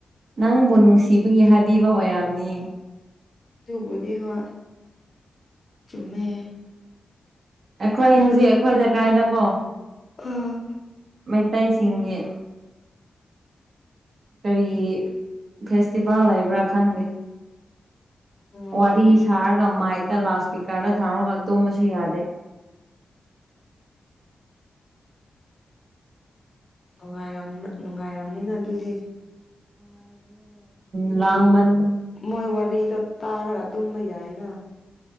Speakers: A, on the right (about 60°); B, on the left (about 35°).
A: ꯅꯪꯕꯨ ꯅꯨꯡꯁꯤꯕꯒꯤ ꯍꯥꯏꯕꯤꯕ ꯑꯣꯏꯔꯝꯅꯤ
B: ꯕꯨꯗꯤ ꯍꯣ ꯆꯃꯦ
A: ꯈꯣꯏ ꯍꯧꯖꯤꯛ ꯑꯩꯈꯣꯏ ꯂꯩꯀꯥꯏꯗꯀꯣ
B: ꯑꯥ
A: ꯃꯩꯇꯩꯁꯤꯡꯒꯤ ꯀꯔꯤ ꯐꯦꯁꯇꯤꯚꯦꯜ ꯂꯩꯕ꯭ꯔꯥ ꯈꯪꯗꯦ
B: ꯑꯣ ꯑꯣ
A: ꯋꯥꯔꯤ ꯁꯥꯔꯒ ꯃꯥꯏ ꯇ ꯂꯥꯁ ꯄꯤꯛ ꯀꯥꯔ ꯊꯥꯔꯣꯒꯇꯣꯃꯁꯨ ꯌꯥꯗꯦ
B: ꯅꯨꯡꯉꯥꯏꯔ ꯅꯨꯡꯉꯥꯏꯔꯝꯅꯤꯅ ꯑꯗꯨꯗꯤ
A: ꯂꯥꯡ ꯃ
B: ꯃꯣꯏ ꯋꯥꯔꯤꯗ ꯇꯥꯔꯒ ꯇꯨꯝꯕ ꯌꯥꯏꯅ